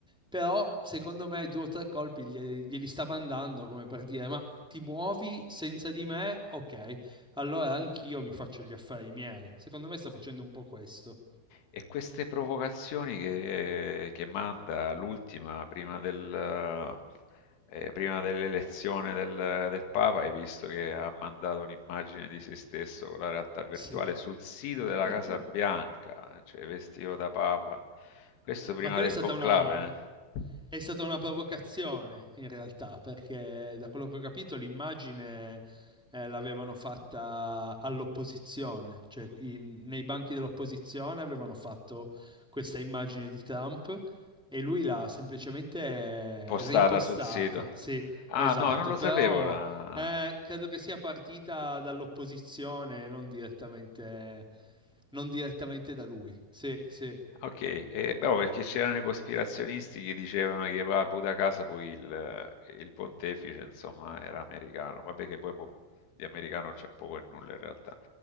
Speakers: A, in the centre; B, on the left.
A: Però, secondo me, due o tre colpi glieli, glieli sta mandando come per dire: Ma ti muovi senza di me, ok, allora anch'io mi faccio gli affari miei. Secondo me sta facendo un po' questo.
B: E queste provocazioni che, che manda l'ultima prima del, eh, eh, prima dell'elezione del, del Papa, hai visto che ha mandato un'immagine di se stesso con la realtà virtuale
A: Sì.
B: sul sito
A: <laughs>
B: della Casa Bianca, cioè vestito da Papa. Questo prima
A: Ma quella
B: del
A: è stata
B: conclave,
A: una...
B: eh?
A: È stata una provocazione in realtà, perché da quello che ho capito l'immagine eh, l'avevano fatta all'opposizione, cioè in- nei banchi dell'opposizione avevano fatto questa immagine di Trump e lui l'ha semplicemente eh,
B: Postata
A: ripostata.
B: sul sito.
A: Sì,
B: Ah,
A: esatto,
B: no, non lo
A: però
B: sapevo la...
A: eh, credo che sia partita dall'opposizione, non direttamente, non direttamente da lui. Sì, sì.
B: Ok, e beh, perché c'erano i cospirazionisti che dicevano che va puta casa poi il, eh, il pontefice, insomma, era americano. Vabbè che poi po- di americano c'è poco e nulla in realtà.